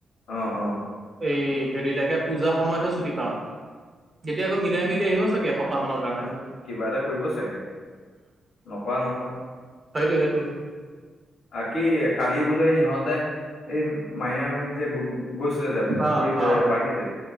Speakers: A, on the left; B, on the right.
A: আহ, অ।
B: এই হেৰি তাকে পূজা সময়তহে ছুটি পাম যেতিয়া আকৌ মিলাই মিলি আহিব চাগে। এসপ্তাহ মানৰ কাৰণে
A: তো কিবা এটা কৰিব চাগে নকৰা নহয়।
B: সেইটোৱ সেইটো।
A: আ কি কালি বোলে ইহঁতে এই মায়ে যে গৈচ যে
B: অ
A: কৰি
B: অ
A: পাৰতিত যে,